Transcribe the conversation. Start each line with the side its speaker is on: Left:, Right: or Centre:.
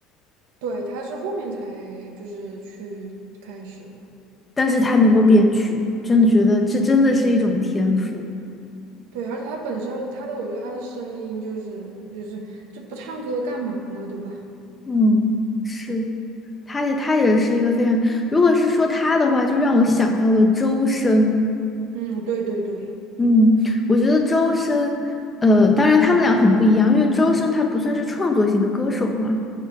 Right: 对，他是后面才就是去开始的，
Left: 但是他能够编曲，真的觉得这真的是一种天赋。
Right: 对，而且他本身他的我觉得他的声音就是就是就不唱歌干嘛呢，对吧？
Left: 嗯，是，他也他也是一个非常，如果是说他的话，就让我想到了周深。
Right: 嗯，对对对，
Left: 嗯，我觉得周深，呃，当然他们俩很不一样，因为周深他不算是创作型的歌手嘛，